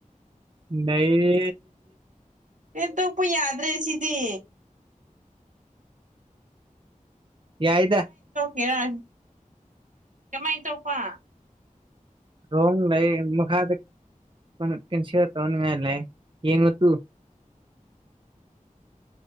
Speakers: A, on the right (about 35°); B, on the right (about 65°).
A: ꯅꯗꯤ
B: ꯑꯦ ꯇꯄꯣꯏ ꯌꯥꯗ ꯔꯦꯁꯤꯗꯤ
A: ꯌꯥꯏꯗ
B: ꯍꯦꯔꯥꯟ ꯀꯃꯥꯏꯅ ꯇꯧꯕꯧꯕ
A: ꯔꯣꯝ ꯂꯩ ꯃꯈꯥꯗ ꯀ ꯀꯩꯅꯁꯤ ꯇꯧꯅꯤꯡꯉꯥꯏ ꯂꯩꯦ ꯌꯦꯡꯉ ꯇꯨ
B: <unintelligible>